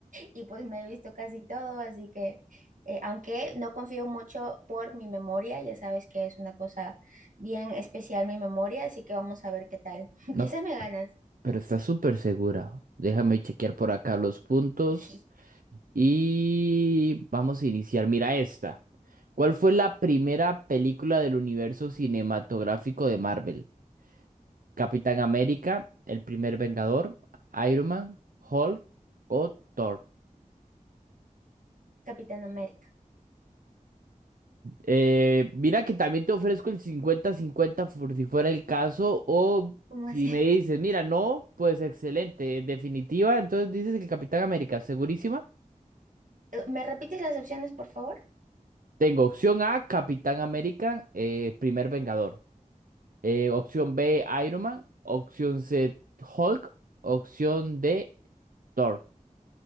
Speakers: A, on the right; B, on the right.
A: y pues me he visto casi todo, así que eh, aunque no confío mucho por mi memoria, ya sabes que es una cosa bien especial mi memoria, así que vamos a ver qué tal. <laughs>
B: No,
A: Quizás me ganas.
B: pero estás súper segura. Déjame chequear por acá los puntos.
A: <laughs> Ijí,
B: Y vamos a iniciar. Mira esta. ¿Cuál fue la primera película del universo cinematográfico de Marvel? ¿Capitán América, El primer Vengador, Iron Man, Hulk o Thor?
A: Capitán América,
B: Eh, mira que también te ofrezco el cincuenta-cincuenta, por si fuera el caso o
A: ¿cómo
B: si
A: así?
B: me dices, mira, no, pues excelente, definitiva, entonces dices el Capitán América, ¿segurísima?
A: <laughs> ¿Me repites las opciones, por favor?
B: Tengo opción A, Capitán América, eh, primer Vengador. Eh, opción B, Iron Man. Opción C, Hulk. Opción D, Thor.